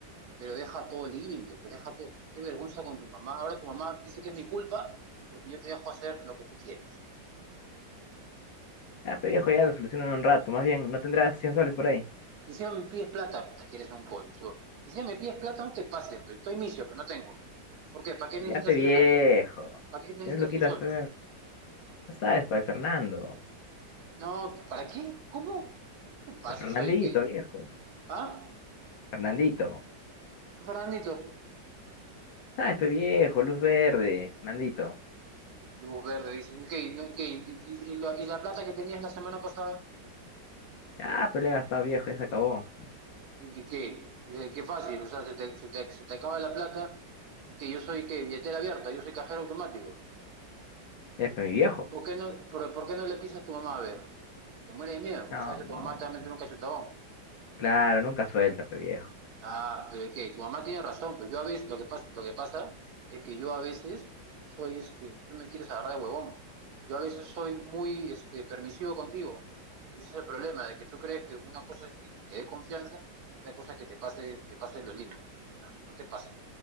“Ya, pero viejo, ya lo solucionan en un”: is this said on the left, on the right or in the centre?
Left